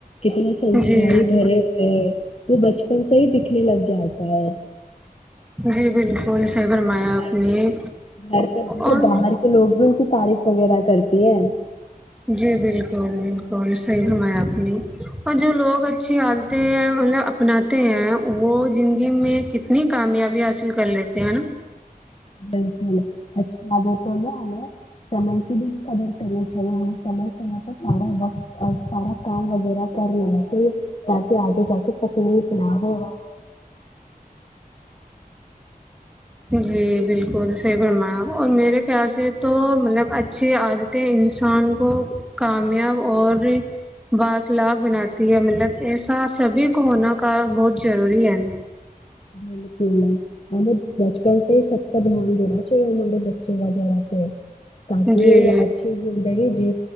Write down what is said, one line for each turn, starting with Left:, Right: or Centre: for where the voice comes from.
Left: کتنے سنسکاری
Centre: جی
Left: بھرے ہوئے ہیں وہ بچپن سے ہی ک لگے کیا ہوتا ہے
Centre: جی بالکل صحیح فرمایا
Left: گھر
Centre: آپ نے
Left: گھر پر گھر
Centre: اور
Left: باہر کے لوگ بھی ان کے تعریف وغیرہ کرتی ہے
Centre: جی بالکل بالکل صحیح فرمایا اپ نے اور جو لوگ اچھی آتے ہیں مطلب اپناتے ہیں وہ زندگی میں کتنی کامیابی حاصل کر لیتے ہیں ہے نا
Left: بالکل اچھی بتوں میں ہمیں سم کی بھی قدر کرنی چاہیے ہمیں سم سمے پر سارا وقت سارا کام وغیرہ کر لینا چاہیے تاکہ آگے جا کے تکلیف نہ ہوگا
Centre: جی بالکل سے برمایا اور میرے کیاسے تو مطلب اچھی عادتیں انسان کو کامیاب اور بااکلاغ بناتی ہے مطلب ایسا سبھی کو ہونا کا بہت ضروری ہے
Left: بالک ل ہم بچپن سے ہی سپا دھیان دین چ ش مے بچے وغیرہ سے تاکہ
Centre: جی
Left: وہ اچھی زندگی جی